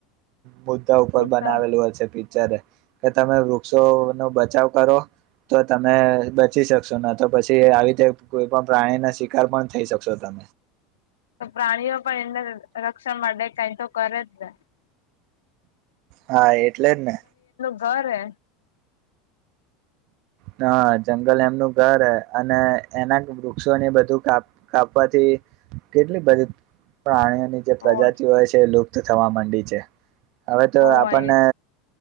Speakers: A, on the right; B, on the left.
A: મુદ્દા ઉપર
B: એ
A: બનાવેલું
B: તો
A: હોય છે પિક્ચર એ તમે વૃક્ષો નો બચાવ કરો? તો તમે બચી શકશો ને તો, પછી આવી રીતે કોઈ પણ પ્રાણી ના શિકાર પણ થઈ શકશો. તમે
B: <inaudible> તો પ્રાણીઓ પણ એના રક્ષણ માટે કઈ તો કરે જ ને
A: હા, એટલે જ ને
B: કરે
A: હ, જંગલ એમનું ઘર હ અને એના વૃક્ષોને બધું કાપવાથી કેટલી બંધી પ્રાણી ની જે પ્રજાતિઓ
B: હોવે
A: હોય છે, એ લુપ્ત થવા માંડી છે. હવે તો
B: હોવે
A: આપણને
B: એ